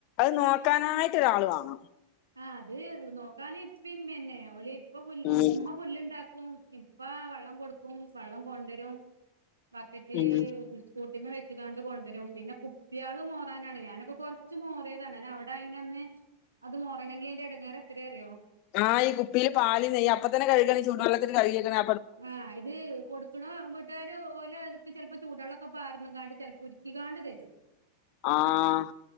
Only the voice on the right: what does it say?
ആ അത് നോക്കാന് ഇപ്പിം ഇമ്മിനെ ഓല് ഇപ്പ
ഇമ്മപുല്ലുണ്ടാക്കും. ഉം ഇപ്പ വെള്ളം കൊടുക്കും വെള്ളം കൊണ്ടരും ബക്കറ്റ്
ഇട്തൊ പിന്നെ വെച്കാണ്ട് കൊണ്ടുവരും പിന്നെ കുപ്പി ആള് മോറാനാണ് ഞാൻ അപ്പൊ കുറച്ച് മോറിയതാണ് അവിടെ അയിനന്ന്അത് മോറണെങ്കി അതിന്റെറെ ഇടങ്ങേർ എത്ര അറിയോ?
ആഹ ഇത് കൊടുക്ക്ണ. <unintelligible> ഓലകത്ത് ചിലപ്പോ ചൂടൊള്ളൊക്കെ പാർന്ന് കാണ്ട് ചിലപ്പോ ഉരുക്കിക്കാണ്ട് തരും